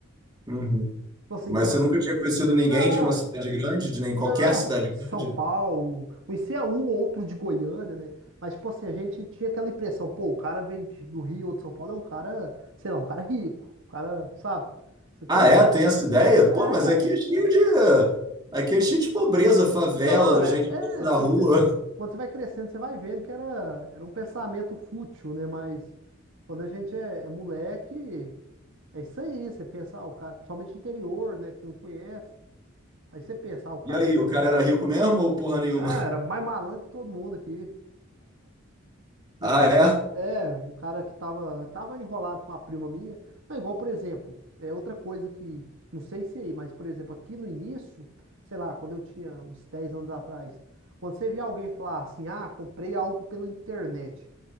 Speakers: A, on the right (about 20°); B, on the right (about 65°).
A: Uhum.
B: Tipo assim,
A: Mas
B: quanto.
A: você nunca tinha conhecido ninguém
B: Não!
A: de uma cidade grande, de nem qualquer
B: Não,
A: cidade grande?
B: São Paulo, conhecia um ou outro de Goiânia, né? Mas, tipo assim, a gente tinha aquela impressão, pô, o cara veio de- do Rio ou de São Paulo, é um cara, sei lá, um cara rico, um cara, sabe? Você tem?
A: Ah, é? Tem essa ideia?
B: É.
A: Pô, mas aqui é cheio de. Aqui é cheio de pobreza, favela,
B: Então, é,
A: gente na
B: é, depois
A: rua.
B: que, quando você vai crescendo, você vai vendo que era, era um pensamento fútil, né? Mas quando a gente é, é moleque, é isso aí, você pensa, ah, o cara, principalmente interior, né, que você não conhece, aí você pensa, ah, o cara,
A: E aí, o cara era rico mesmo ou porra nenhuma?
B: ah,
A: <laughs>
B: era mais malandro que todo mundo aqui. Um
A: Ah,
B: cara,
A: é?
B: é, um cara que tava, tava enrolado com a prima minha. Não, igual, por exemplo, é outra coisa que, não sei se é aí, mas, por exemplo, aqui no início, sei lá, quando eu tinha uns 10 anos atrás, quando você via alguém falar assim, ah, comprei algo pela internet.